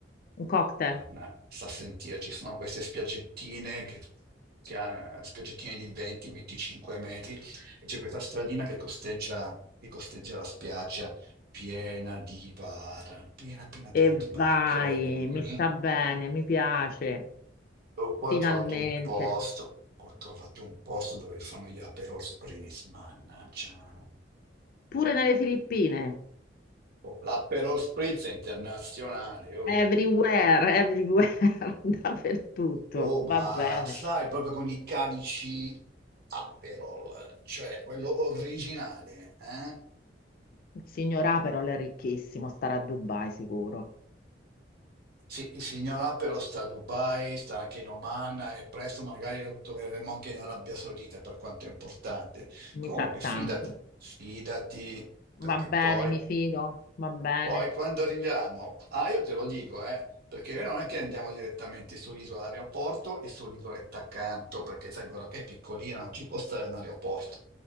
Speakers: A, on the left (about 50°); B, on the right (about 55°).
A: un cocktail.
B: Anna, sta a sentire, ci sono queste spiaggettine che, che ha- eh, spiaggettine di 20-25 metri e c'è questa stradina che costeggia, che costeggia la spiaggia piena di bar, piena, piena, piena
A: E
B: di bar,
A: vai,
B: ok? E
A: mi sta bene, mi piace,
B: poi
A: finalmente.
B: ho trovato un posto, ho trovato un posto dove fanno gli Aperol Spritz, mannaggia.
A: Pure nelle Filippine,
B: Oh, l'Aperol Spritz è internazionale, oh.
A: everywhere, everywhere, <laughs> dappertutto,
B: Oh, ma
A: va bene.
B: stai proprio con i calici Aperol, cioè quello originale, eh?
A: Il signor A però lei è ricchissimo, starà a Dubai sicuro.
B: Sì, il signor Aperol sta a Dubai, sta anche in Oman e presto magari lo troveremo anche in Arabia Saudita, per quanto è importante. Comunque,
A: Mi sa
B: fidati,
A: tanto.
B: fidati, perché
A: Va bene,
B: poi
A: mi fido, va bene.
B: Poi quando arriviamo, ah, io te lo dico, eh, perché noi non è che andiamo direttamente sull'isola aeroporto e sull'isoletta accanto, perché sai, però che è piccolina, non ci può stare un aeroporto.